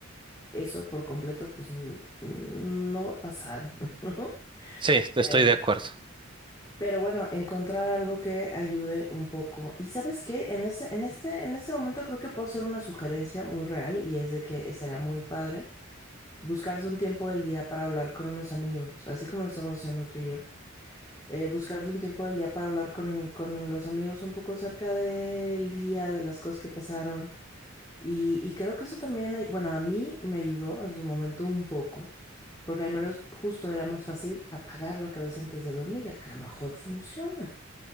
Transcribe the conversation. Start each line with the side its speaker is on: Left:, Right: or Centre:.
Left: eso por completo, pues n- no va a pasar, <laughs> ¿no?
Right: Sí, estoy
Left: Eh,
Right: de acuerdo.
Left: pero bueno, encontrar algo que ayude un poco. Y ¿sabes qué? En ese, en este, en ese momento creo que puedo hacer una sugerencia muy real y es de que estaría muy padre buscarse un tiempo del día para hablar con los amigos, así como lo estamos haciendo tú y yo eh, buscarse un tiempo del día para hablar con, con los amigos un poco cerca del día, de las cosas que pasaron. Y, y creo que eso también, ay- bueno, a mí me ayudó en su momento un poco, porque al menos justo era más fácil apagar la cabeza antes de dormir. A lo mejor funciona.